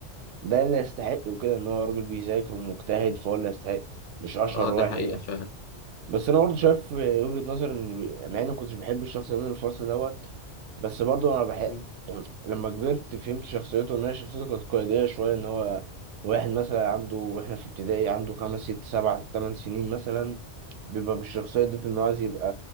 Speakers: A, on the right (about 85°); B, on the left (about 80°).
A: ده اللي يستحق وكده ان هو راجل بيذاكر ومجتهد فهو اللي يستحق مش اشهر
B: أه ده
A: واحد
B: حقيقة فعلا
A: بس انا برضه شايف وجهة نظر ان مع اني ما كنتش بحب الشخص ده من الفصل دوت بس برضه انا بحب
B: م.
A: يعني لما كبرت فهمت شخصيته ان هي شخصيته كانت قيادية شوية ان هو واحد مثلا عنده واحنا في ابتدائي عنده خمس ست سبع تمن سنين مثلا بيبقى بالشخصية دي ان هو عايز يبقى